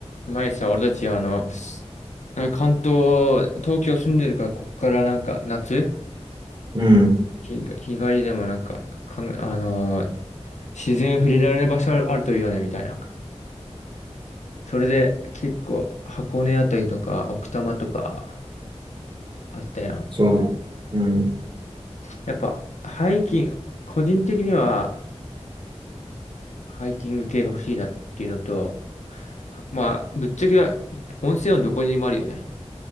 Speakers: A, on the left; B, on the right.
A: 前さ、俺たち、あの、関東、東京住んでるから、こっからなんか、夏、
B: うん、
A: 日、日帰りでもなんか、かん、あのー自然触れられる場所あるといいよね、みたいな。それで、結構、箱根あたりとか、奥多摩とか、あったやん。
B: そうね。うん、
A: やっぱ、ハイキング、個人的には、ハイキング系が欲しいなっていうのと、はまあ、ぶっちゃけは、温泉はどこにでもあるよね。